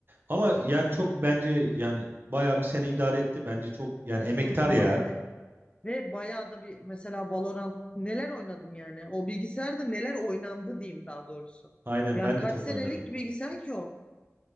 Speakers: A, on the right (about 45°); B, on the left (about 20°).
A: Ama yani çok bence yani bayağı bir sene idare etti. Bence çok yani
B: Çok
A: emektar
B: uzun zaman
A: ya.
B: ve Ve bayağı da bir mesela Valorant neler oynadım yani. O bilgisayarda neler oynandı diyeyim daha doğrusu.
A: Aynen
B: Yani
A: ben
B: kaç
A: de çok
B: senelik
A: oynadım.
B: bilgisayar ki o?